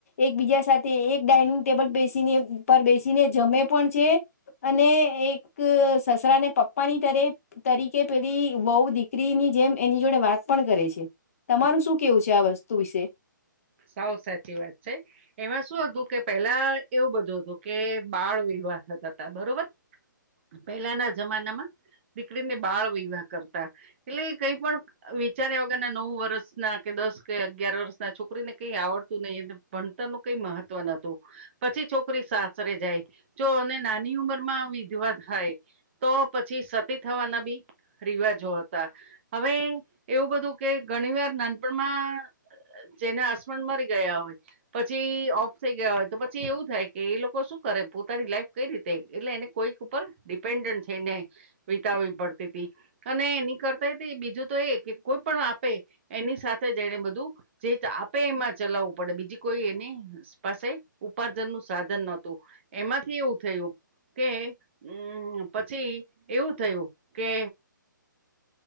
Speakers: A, on the left; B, on the right.
A: એકબીજા સાથે એક ડાઇનિંગ ટેબલ બેસીને પર બેસીને જમે પણ છે. અને એક સસરાને પપ્પાની દરે તરીકે પેલી વહુ દીકરીની જેમ એની જોડે વાત પણ કરે છે. તમારું શું કેવું છે, આ વસ્તુ વિશે
B: સાવ સાચી વાત છે. એમાં શું હતું કે પેલા એવું બધું હતું કે બાળ- વિવાહ થતા હતા બરોબર. પહેલાના જમાનામાં દીકરીને બાળ- વિવાહ કરતાં. એટલે કંઈપણ વિચાર્યા વગરના નવ વર્ષના કે દસ કે અગિયાર વર્ષના છોકરીને કઈ આવડતું નહીં અને ભણતરનું કંઈ મહત્વ નોતું. પછી છોકરી સાસરે જાય જો અને નાની ઉંમર માં વિધવા થાય. તો પછી સતી થવાના બી રિવાજો હતા. હવે એવું બધું કે ઘણી વાર નાનપણમાં જેના હસબન્ડ મરી ગયા હોય પછી ઓફ થઈ ગયા હોય તો પછી એવું થાય કે એ લોકો શું કરે પોતાની લાઈફ રીતે એટલે એને કોઈક ઉપર ડિપેન્ડન્ટ થઈ ને વિતાવવી પડતી તી અને એની કરતા બીજું તો એ કે કોઈ પણ આપે એની સાથે જઈ ને બધું જે આપે એમાં ચલાવવું પડે બીજી કોઈ એની પાસે ઉપાર્જન નું સાધન નતું. એમાં એવું થયું કે હમ્મ પછી એવું થયું કે